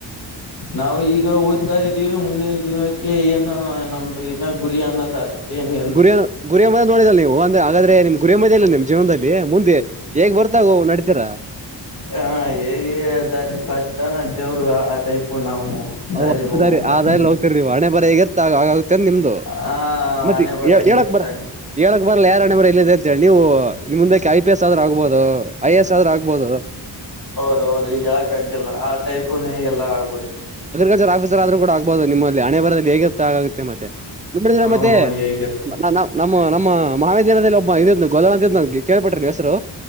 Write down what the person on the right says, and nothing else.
ಗುರಿಯ ಗುರಿಯ ಮದ ನೋಡಿದಲ್ಲ ನೀವು ಅಂದ್ರೆ ಹಾಗಾದ್ರೆ ನಿಮ್ ಗುರಿಯದ ಅಲ್ಲ ನಿಮ್ ಜೀವನದಲ್ಲಿ ಮುಂದೆ ಹೇಗ್ ಬರ್ತಾಗ ನಡೀತೀರಾ
ಓ
ಆದ ಆದಾರಿಲ್ಲಿ ಹೋಗ್ತರಿವು ಹಣೆ ಬರ ಹಗಿರ್ತ್ತ ಆ ಆಗ ಆಾಗತ ನಿಮ್ದು
ಮತ್ತೆ
ಹೇಳಕ್ ಬರ ಹೇಳಕ್ ಬರಲ್ಲ ಯಾರಣೆ ಬರ ಇಲ್ಲಿದೆ ಅಂತೇಳಿ ನೀವು ನಿಮ್ ಮುಂದಕ್ಕೆ ಐ ಪಿ ಎಸ್ ಆದ್ರೂ ಆಗ್ಬಹುದು ಐ ಎಸ್ ಆದ್ರೂ ಆಗ್ಬಹದು
ಆರ ಆದ್ರೂ ಕೂಡ ಆಗ್ಬಹದು ನಿಮ್ಮಲ್ಲಿ ಹಣೆ ಬರದಲ್ಲಿ ಹೇಗಿರ್ ಆಗುತ್ತೆ ಮತ್ತೆ ನಿಂದರ
ಮದ್ಯೆ
ನ್ನವ್ ನಾ ನಮ್ಮ ನಮ್ಮ ಮಹಾವಿದ್ಯಾಲಯದಲ್ಲಿ ಒಬ್ಬ ಇದ ಗದಲ ಅಂತ ಕೇಳ್ಿಟ್ಟ್ರಿ ನೀವು ಹೆಸರು